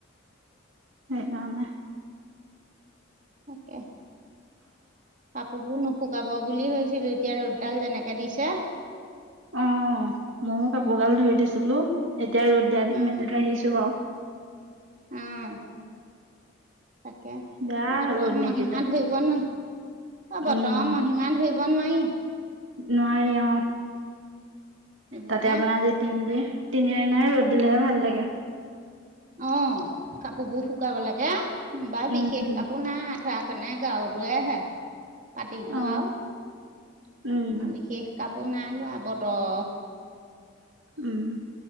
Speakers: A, on the right; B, on the right.
A: সেইকাৰণে।
B: তকে। কাপোৰবোৰ নুশুকাব বুলি ভাবছিলোঁ এতিয়া ৰ'দডাল যেনেকে দিছে।
A: অ', ময়ো কাপোৰ গাল ধুই দিছিলোঁ, এতিয়া ৰ'দ
B: উম
A: দিয়া দেখি মেলি থৈ আহিছোঁ বাৰু।
B: আহ, তাকে
A: বেয়া
B: বতৰ
A: ৰ'দ নিদিলে
B: মহিমা ধৰিব নোৱাৰি। অ', বতৰ
A: উম
B: মহিমা ধৰিব নোৱাৰি।
A: নোৱাৰি অ',
B: এইবোৰহে
A: তাতে আপোনাৰ আজি তিন দি <unintelligible> তিনিদিনাই ৰ'দ দিলেহে ভাল লাগে।
B: অ', কাপোৰ বোৰ শুকাব লাগে। বাৰু বিশেষ
A: উম
B: কাপোৰ নাই আঠুৱা খনে গাৰুটোৱে হে, পাতিটো
A: অ
B: আৰু।
A: উম।
B: বিশেষ কাপোৰ নাই ওলোৱা বতৰ
A: উম,